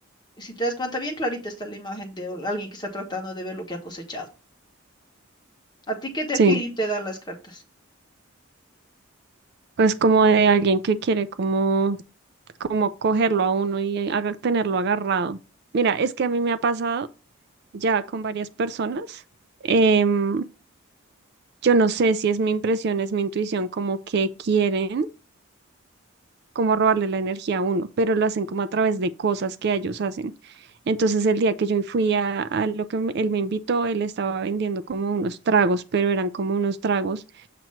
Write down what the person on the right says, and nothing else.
sí.
Pues como de alguien que quiere como, como cogerlo a uno y haga- tenerlo agarrado. Mira, es que a mí me ha pasado. ya con varias personas. em, yo no sé si es mi impresión, es mi intuición, como que quieren como robarle la energía a uno, pero lo hacen como a través de cosas que ellos hacen. Entonces el día que yo fui a, a lo que me- él me invitó, él estaba vendiendo como unos tragos, pero eran como unos tragos